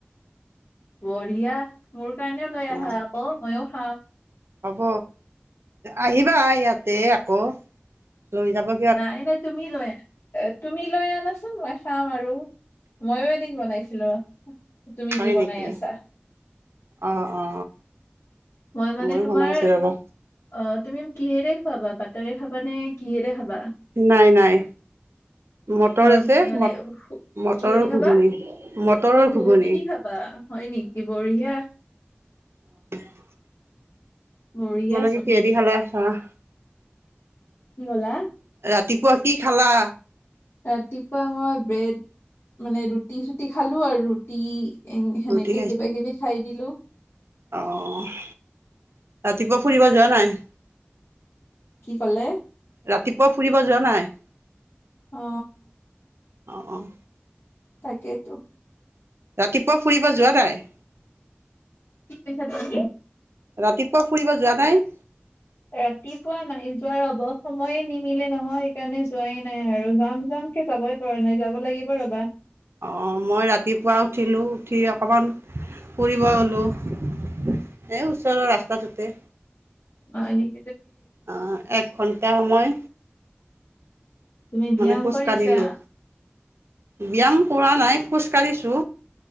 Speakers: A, on the left; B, on the right.
A: বঢ়িয়া মোৰ কাৰণেও লৈ
B: অ
A: আহা আকৌ ময়ো খাম।
B: হ'ব আহিবা ইয়াতে আকৌ লৈ যাবা
A: নাই নাই তুমি লৈ আহা। তুমি লৈ আনাচোন মই চাম আৰু। ময়ো এদিন বনাইছিলো তুমি
B: হয়
A: যি
B: নেকি
A: বনাই আছা।
B: অ অ
A: মই মানে
B: ময়ো
A: তোমাৰ
B: বনাইছো ৰবা।
A: অ তুমি কিহেৰে খুৱাবা বাটাৰে খাবা নে কিহেৰে খাবা?
B: নাই নাই। মটৰ
A: নৰ্
B: আছে
A: মানে
B: মট মটৰৰ
A: কিহেদি খাবা
B: ঘুগুনি মটৰৰ
A: অ
B: ঘুগুনি।
A: দি খাবা হয় নিকি বঢ়িয়া
B: <unintelligible>
A: বঢ়িয়াচোন
B: তোমালোকে কিহেদি খালা চাহ
A: কি কলা
B: ৰাতিপুৱা কি খালা
A: ৰাতিপুৱা মই ব্ৰেড মানে ৰুটি চুটি খালো আৰু ৰুটি উম সেনেকে
B: ৰুটি
A: কিবা কিবি খাই দিলো
B: অঁ ৰাতিপুৱা ফুৰিব যোৱা নাই
A: কি কলে
B: ৰাতিপুৱা ফুৰিব যোৱা নাই
A: অ
B: অ', অ',
A: তাকেইতো
B: ৰাতিপুৱা ফুৰিব যোৱা নাই
A: কি কৈছা তুমি
B: ৰাতিপুৱা ফুৰিব যোৱা নাই
A: ৰাতিপুৱা নাই যোৱা ৰব সময়ে নিমিলে নহয় সেইকাৰণে যোৱাই নাই আৰু যাম যাম কে যাবই- পৰা নাই যাব লাগিব ৰবা
B: অঁ মই ৰাতিপুৱা উঠিলোঁ উঠি অকণমান ফুৰিব গ'লোঁ এ ওচৰৰ ৰাস্তাটোতে
A: অ এনেক
B: অ এক ঘন্টা সময়
A: তুমি ব্যায়াম
B: মানে খোজ
A: কৰিছা
B: কাঢ়িলো ব্যায়াম কৰা নাই খোজ কাঢ়িছো